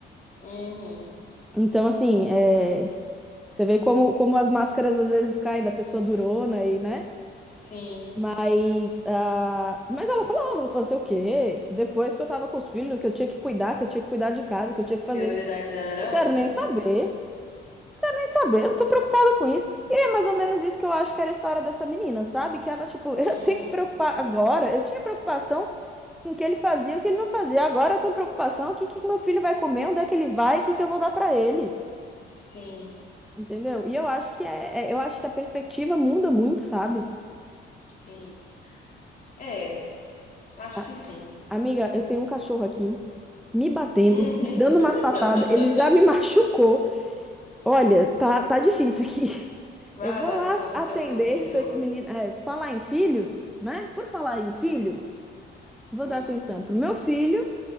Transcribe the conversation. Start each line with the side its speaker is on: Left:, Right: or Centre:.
Left: Uhum.
Centre: Então, assim, é, você vê como, como as máscaras às vezes caem da pessoa durona aí né?
Left: Sim.
Centre: Mas, ah, mas ela falava, ela falou, fazer o quê? Depois que eu tava com os filhos, que eu tinha que cuidar, que eu tinha que cuidar de casa, que eu tinha que fazer
Left: Prioridade
Centre: isso
Left: dela era
Centre: Não quero
Left: outra.
Centre: nem saber. Quero nem saber, eu não tô preocupada com isso. E é mais ou menos isso que eu acho que era a história dessa menina, sabe? Que ela, tipo, <laughs> eu
Left: Uhum.
Centre: tenho que preocupar agora. Eu tinha preocupação com o que ele fazia, o que ele não fazia. Agora eu tenho preocupação, o que que meu filho vai comer, onde é que ele vai, o que que eu vou dar pra ele.
Left: Sim.
Centre: Entendeu? E eu acho que é, é- eu acho que a perspectiva muda muito, sabe?
Left: Sim. É, acho
Centre: A-
Left: que sim.
Centre: amiga, eu tenho um cachorro aqui me batendo,
Left: Uhum.
Centre: me dando
Left: <laughs>
Centre: umas patadas, ele já me <laughs> machucou. Olha, tá, tá difícil aqui.
Left: Vá
Centre: Eu vou
Left: dar
Centre: lá
Left: atenção pro
Centre: atender
Left: teu filho.
Centre: para esse menino. é, falar em filhos, né? Por falar em filhos, vou
Left: Hum,
Centre: dar atenção pro meu filho